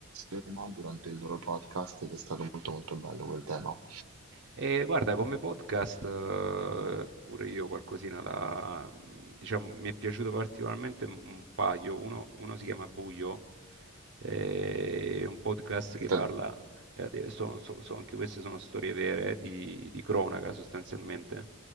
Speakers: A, on the right (about 80°); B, on the right (about 55°).
A: tema durante il loro podcast ed è stato molto molto bello quel tema.
B: E guarda, come podcast, eh, pure io qualcosina la, diciamo, mi è piaciuto particolarmente un un paio. Uno, uno si chiama Buio, eh, è un podcast
A: Che
B: che
A: te-
B: parla, eh, de- so- so- so- anche queste sono storie vere di, di cronaca sostanzialmente,